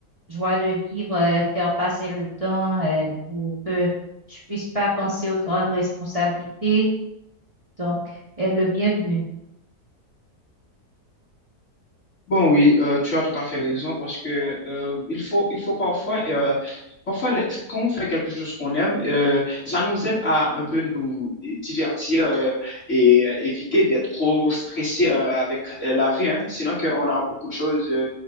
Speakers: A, on the right; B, on the left.
A: joie de vivre, euh, faire passer le temps euh, pour que je puisse pas penser aux grandes responsabilités. Donc, elle est le bienvenu.
B: Bon, oui, euh, tu as tout à fait raison parce que euh, il faut, il faut parfois, euh, parfois les- quand on fait quelque chose qu'on aime, euh, ça nous aide à un peu nous divertir euh, et euh, éviter d'être trop stressé euh, avec euh, la vie. hein. Sinon, que on a beaucoup de choses, euh,